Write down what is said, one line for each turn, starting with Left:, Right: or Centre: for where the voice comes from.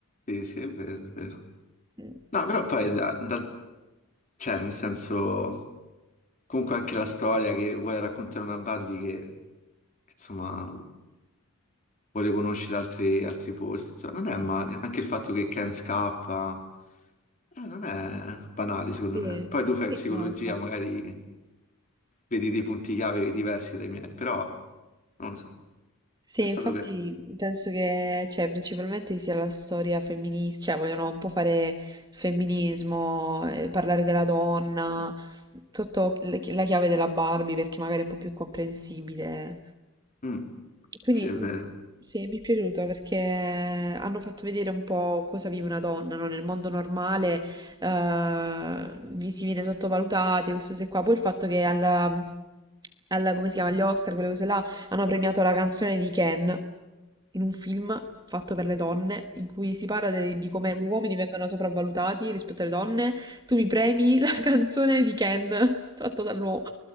Left: Sì, sì, è vero, è vero.
Right: Mm,
Left: No, però poi, da, da- cioè, nel senso, comunque anche la storia che vuole raccontare una Barbie che, che, insomma... vuole conoscere altri, altri posti. Insomma, non è male. Anche il fatto che Ken scappa, eh, non è banale,
Right: Sì,
Left: secondo me. Poi tu
Right: sì,
Left: fai psicologia,
Right: no, infatti.
Left: magari vedi dei punti chiave diversi dai miei, però non lo so.
Right: Sì,
Left: È stato
Right: infatti
Left: che...
Right: penso che, cioè, principalmente sia la storia femminista, cioè vogliono un po' fare il femminismo, eh, parlare della donna, sotto la chi- la chiave della Barbie perché magari è un po' più comprensibile.
Left: Mm,
Right: Quindi
Left: sì, è
Right: mh,
Left: vero,
Right: sì, mi è piaciuto perché hanno fatto vedere un po' cosa vive una donna, no? Nel mondo normale eh, vi si viene sottovalutate, questo se qua. Poi il fatto che alla, alla- come si chiama, agli Oscar, quelle cose là, hanno premiato la canzone di Ken in un film fatto per le donne, in cui si parla de- di come gli uomini vengono sopravvalutati rispetto alle donne. Tu mi premi, <laughs> Canzone di Ken, fatta dall'uomo.